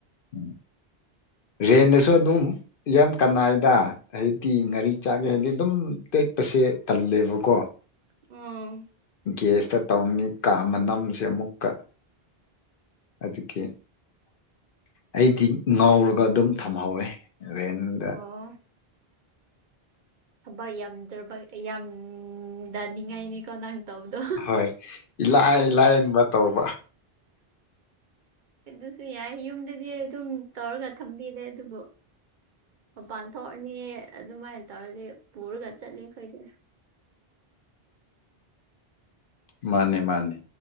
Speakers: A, on the left (about 65°); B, on the right (about 55°).
A: ꯎꯝ ꯔꯦꯟꯗꯁꯨ ꯑꯗꯨꯝ ꯌꯥꯝ ꯀꯅꯥꯏꯗ ꯍꯥꯏꯗꯤ ꯉꯥꯔꯤ ꯆꯥꯛꯒꯦ ꯍꯥꯏꯕꯗꯤ ꯑꯗꯨꯝꯦꯛ ꯆꯠꯄꯁꯦ ꯇꯜꯂꯦꯕꯀꯣ
B: ꯎꯝ
A: ꯒꯦꯁꯇ ꯇꯧꯔꯝꯃꯤ ꯀꯥ ꯃ ꯅꯝꯁꯦ ꯑꯃꯨꯛꯀ ꯑꯗꯨꯒꯤ ꯑꯩꯗꯤ ꯉꯥꯎꯔꯒ ꯑꯗꯨꯝ ꯊꯝꯍꯧꯋꯦ ꯔꯦꯟꯗ
B: ꯑꯣ ꯊꯕꯛ ꯌꯥꯝꯗ꯭ꯔꯕ ꯌꯥꯝꯗꯅꯤꯡꯉꯥꯏꯅꯤꯀꯣ ꯅꯪ ꯇꯧꯕꯗꯣ
A: ꯍꯣꯏ ꯏꯂꯥꯏ ꯂꯥꯏꯟꯕ ꯇꯧꯕ
B: ꯎꯝ ꯑꯗꯨꯁꯨ ꯌꯥꯏ ꯌꯨꯝꯗꯗꯤ ꯑꯗꯨꯝ ꯇꯧꯔꯒ ꯊꯝꯕꯤꯔꯦ ꯑꯗꯨꯕꯨ ꯃꯄꯥꯟ ꯊꯣꯛꯑꯅꯤ ꯑꯗꯨꯃꯥꯏꯅ ꯇꯧꯔꯗꯤ ꯄꯨꯔꯒ ꯆꯠꯂꯤ ꯑꯩꯈꯣꯏꯗꯤ
A: ꯃꯥꯅꯦ ꯃꯥꯅꯦ